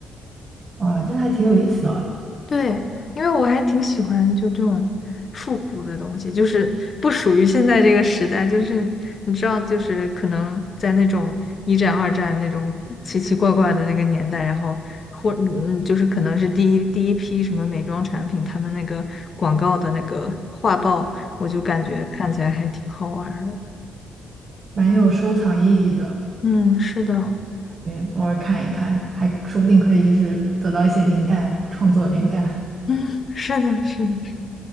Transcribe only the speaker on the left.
对，因为我还挺喜欢就这种复古的东西，就是不属于现在这个时代，就是你知道，就是可能在那种一战、二战那种奇奇怪怪的那个年代，然后或嗯，就是可能是第一第一批什么美妆产品，他们那个广告的那个画报，我就感觉看起来还挺好玩儿的。
嗯，是的。
<laughs> 嗯，是的，是的，是的。